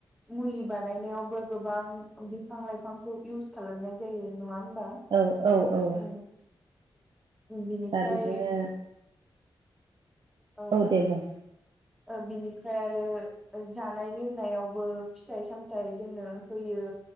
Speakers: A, in the centre; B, on the right.
A: मुलि बानायनायावबो गोबां बिफां लाइफांखौ इउस खालामनाय जायो नङा होमबा
B: औ औ औ
A: ओम बिनिफ्राय
B: दा बिदिनो
A: औ
B: औ दे बुं
A: बिनिफ्राय आरो जानाय लोंनायावबो फिथाइ सामथाइ जोंनो होयो